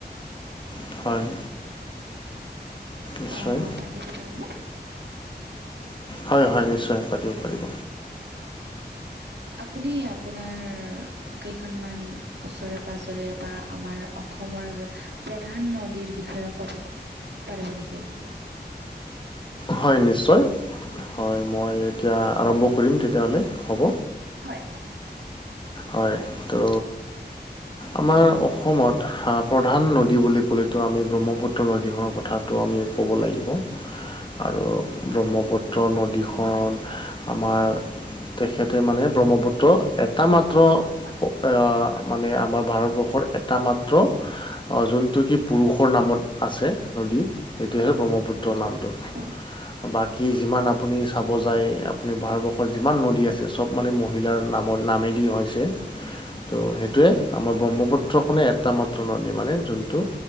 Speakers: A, on the left; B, on the right.
A: অসমৰ হয়। নিশ্চয়
B: অ', পাতিব পাৰিম নে?
A: হয়, হয়, নিশ্চয়, পাতিব পাৰিব।
B: আপুনি আপোনাৰ কেইখনমান ওচৰে পাজৰে বা আমাৰ অসমৰ প্ৰধান নদীৰ বিষয়ে ক'ব পৰিব নেকি?
A: হয় নিশ্চয়, হয় মই এতিয়া আৰম্ভ কৰিম তেতিয়াহ'লে, হ'ব?
B: হয়, হয়, হয়।
A: হয়, ত' আমাৰ অসমত হা প্ৰধান নদী বুলি ক'লেতো আমি ব্ৰহ্মপুত্ৰ নদীখনৰ কথা ত' আমি ক'ব লাগিব, আৰু ব্ৰহ্মপুত্ৰ নদীখন আমাৰ তেখেতে মানে ব্ৰহ্মপুত্ৰ, এটা মাত্ৰ
B: হয়।
A: অ', মানে আমাৰ ভাৰতবৰ্ষৰ এটা মাত্ৰ অ', জোনটো কি পুৰুষৰ নামত আছে, নদী, এইটোহে ব্ৰহ্মপুত্ৰ নামটো।
B: <inaudible>
A: বাকী যিমান আপুনি চাব যায়, আপুনি ভাৰতবৰ্ষত যিমান নদী আছে চব মানে মহ মহিলাৰ নামত নামেদি হৈছে, ত'
B: হয়,
A: সেইটোৱে, আমাৰ ব্ৰহ্মপুত্ৰখনে এটা মাত্ৰ নদী মানে জোনটো